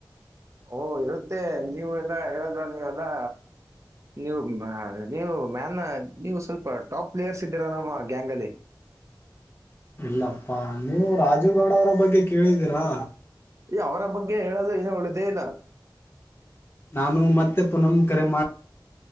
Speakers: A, on the right; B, on the left.
A: ಓ ಇರುತ್ತೆ ನೀವು ಎಲ್ಲಾ ಹೇಳದ ನೀವೆಲ್ಲಾ ನೀವು ಮ ನೀವು ಮ್ಯಾನ್ ನೀವು ಸ್ವಲ್ಪ ಟಾಪ್ ಪ್ಲೇಯರ್ಸ್ ಇದ್ದೀರಾ ನಮ್ಮ ಗ್ಯಾಂಗಲ್ಲಿ.
B: ಇಲ್ಲಪ್ಪಾ ನೀವು ರಾಜುಗೌಡ ಅವರ ಬಗ್ಗೆ ಕೇಳಿದೀರಾ?
A: ಏ ಅವರ ಬಗ್ಗೆ ಹೇಳದೆ ಏನು ಉಳಿದೇ ಇಲ್ಲ.
B: ನಾನು ಮತ್ತೆ ಪುನಂ ಕರೆ ಮಾಡ್